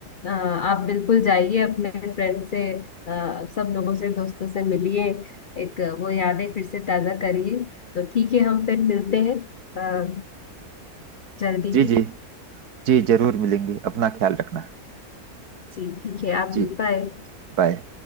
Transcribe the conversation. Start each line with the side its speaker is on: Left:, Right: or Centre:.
Left: अ, आप बिल्कुल जाइए अपने फ्रेंड से अ, सब लोगों से दोस्तों से मिलिए एक अ, वो यादें फिर से ताजा करिए तो ठीक है हम फिर मिलते हैं अ, जल्दी
Right: जी
Left: ही
Right: जी जी जरूर मिलेंगे अपना ख्याल रखना
Left: जी ठीक है आप
Right: जी
Left: भी बाय
Right: बाय